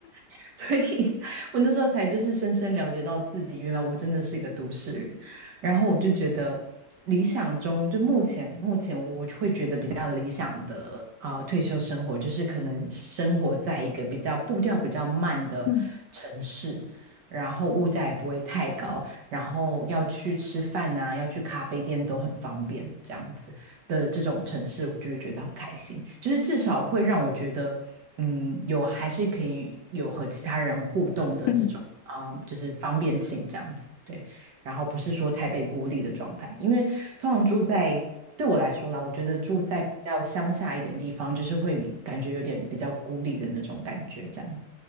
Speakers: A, on the right; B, on the left.
A: <laughs> 所以我那时候才就是深深了解到自己，原来我真的是个都市人。然后我就觉得，理想中就目前目前我会觉得比较理想的啊、呃退休生活，就是可能生活在一个比较步调比较慢的城市，
B: 嗯
A: 然后物价也不会太高，然后要去吃饭啊，要去咖啡店都很方便，这样子的这种城市，我就会觉得很开心，就是至少会让我觉得。嗯，有还是可以有和其他人互动的这种啊、
B: 嗯嗯。
A: 就是方便性这样子，对。然后不是说太被孤立的状态，因为通常住在对我来说啦，我觉得住在比较乡下一点地方，就是会感觉有点比较孤立的那种感觉，这样。